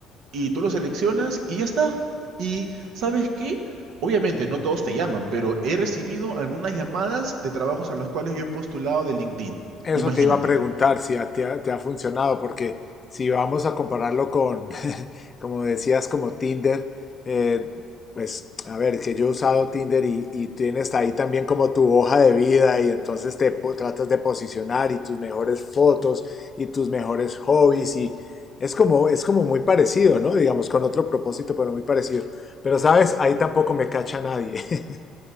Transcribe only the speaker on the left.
eso
te iba a preguntar si a- te ha, te ha funcionado, porque si vamos a compararlo con, <laughs> como decías, como Tinder, eh, pues a ver, que yo he usado Tinder y, y tienes ahí también como tu hoja de vida y entonces te po- tratas de posicionar y tus mejores fotos y tus mejores hobbies y es como, es como muy parecido, ¿no? Digamos, con otro propósito, pero muy parecido. Pero sabes, ahí tampoco me cacha nadie. <laughs>